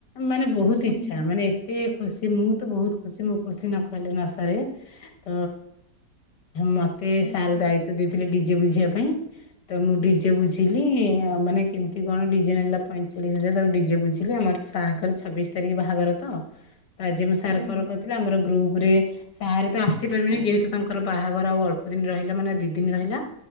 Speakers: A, on the left; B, on the left.
A: ମାନେ ବୋହୁତ
B: ହୁଁ
A: ଇଛା। ମାନେ ଏତେ ଖୁସି ମୁଁ ତ ବୋହୁତ ଖୁସି। ମୁଁ ଖୁସି ନ କହିଲେ ନ ସରେ। ତ ମତେ
B: ଆଚ୍ଛା
A: ସାର୍ ଦାୟିତ୍ଵ ଦେଇଥିଲେ ଡିଜେ ବୁଝିବା ପାଇଁ। ତ ମୁଁ ଡିଜେ ବୁଝିଲି। ଆଉ ମାନେ କେମିତି କଣ ଡିଜେ ନେଲା ପଇଁଚାଳିଶ ହଜାର ତାକୁ ଡିଜେ ବୁଝିଲି। ଆମର ସାର୍ ଙ୍କର ଛବିଶ ତାରିଖ ବାହାଘର ତ ଆଜି ମୁଁ ସାର୍
B: ହୁଁ
A: ଙ୍କର ଥିଲା ଆମର ଗ୍ରୁପରେ ସାାରେ ତ ଆସିପାରିବେନି ଯେହେତୁ ତାଙ୍କର ବାହାଘର ଆଉ ଅଳ୍ପ ଦିନ ରହିଲା ମାନେ ଦି ଦିନ ରହିଲା।